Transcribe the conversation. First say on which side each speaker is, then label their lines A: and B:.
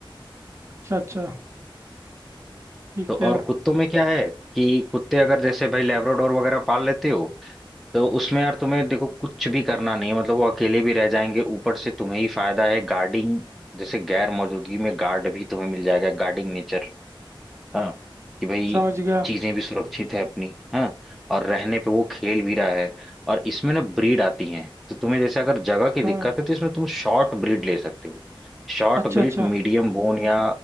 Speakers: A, on the right; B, in the centre.
A: अच्छा अच्छा ठीक
B: तो और
A: है
B: कुत्तों में क्या है कि कुत्ते अगर जैसे भाई लैब्राडोर वगैरह पाल लेते हो तो उसमें यार तुम्हें देखो कुछ भी करना नहीं है मतलब वो अकेले भी रह जाएंगे ऊपर से तुम्हें ही फायदा है गार्डिंग जैसे गैर मौजूदगी में गार्ड भी तुम्हें मिल जाएगा गार्डिंग नेचर हाँ कि भाई
A: समझ गया
B: चीजें भी सुरक्षित है अपनी हाँ और रहने पे वो खेल भी रहा है और इसमें ना ब्रीड आती हैं तो तुम्हें जैसे अगर जगह की
A: हाँ
B: दिक्कत है तो इसमें तुम शॉर्ट ब्रीड ले सकते हो शॉर्ट
A: अच्छा
B: ब्रीड
A: अच्छा
B: मीडियम बोन या